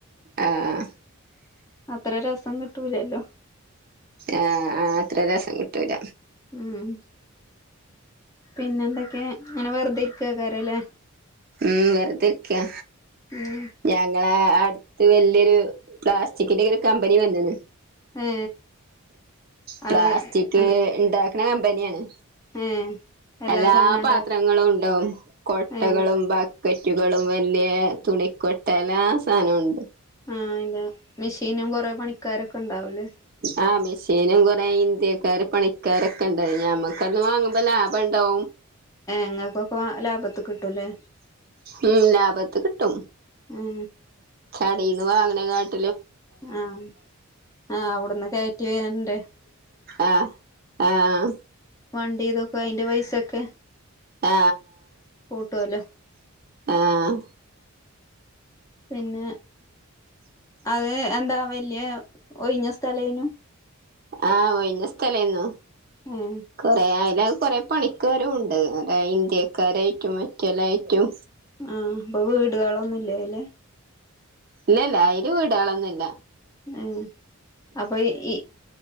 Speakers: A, on the right; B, on the left.
A: ആഹ്
B: അത്ര രസം കിട്ടൂലല്ലോ
A: ആഹ ആ അത്ര രസം കിട്ടൂല
B: ഉം പിന്നെ എന്തൊക്കെയാ അങ്ങനെ വെറുതെ ഇരിക്കാക്കാരല്ലെ
A: ഉം വെറുതെരിക്കാ
B: ഉം
A: ഞങ്ങളെ ത്ത് വലിയൊരു പ്ലാസ്റ്റിക്കിന്റെ ഒക്കെ ഒരു കമ്പനി വന്നണ്
B: ഏ
A: പ്ലാസ്റ്റിക്
B: അത് എന്ത്
A: ഇണ്ടാ കന കമ്പനിയാണ്
B: ഏ
A: എല്ലാ
B: സാധനവും ഉണ്ടാക്കും
A: പാത്രങ്ങളും ഉണ്ടാവും കൊട്ടകളും
B: ഏ
A: പക്കറ്റുകളും വലിയ തുണിക്കൊട്ട എല്ലാ സാധനമുണ്ട്
B: ആഹ് മെഷീനും കൊറെ പണിക്കാരൊക്കെ ഉണ്ടാവൂലേ
A: ആഹ മെഷീനും കൊറെ ഇന്ത്യക്കാര് പണിക്കാരൊക്കെ ഇണ്ട് ഞമ്മക്കന്ന് വാങ്ങുമ്പോ ലാഭം ഉണ്ടാവും
B: ങ്ങൾക്കൊക്കെ ലാഭത്തി കിട്ടൂലേ
A: ഉം ലാഭത്ത് കിട്ടും
B: ഏ
A: കടേന്ന് വാങ്ങണ് കാട്ടിലും
B: ആഹ ആഹ് അവിടുന്ന് കയറ്റി വരണ്ടെ
A: ആഹ ആഹ്
B: വണ്ടി ഇതൊക്കെ അയിന്റെ പൈസൊക്കെ
A: ആ
B: കൂട്ടുവല്ലോ
A: ആഹ്
B: പിന്നെ അത് എന്താ വലിയ ഒഴിഞ്ഞ സ്ഥലേനു
A: ആഹ് ഒഴിഞ്ഞ സ്ഥലന്നു
B: ഏ
A: കൊറയി അല്ല കൊറെ പണിക്കാരും ഉണ്ട് അ ഇന്ത്യക്കാരായിട്ടും മറ്റെല്ലായിട്ടും
B: ആഹ് അപ്പൊ വീടുകളൊന്നുംല്ല അല്ലേ
A: ഇല്ലല്ല അയിര് വീടുകളുകളൊന്നു ഇല്ല
B: ആഹ് അപ്പൊ ഈ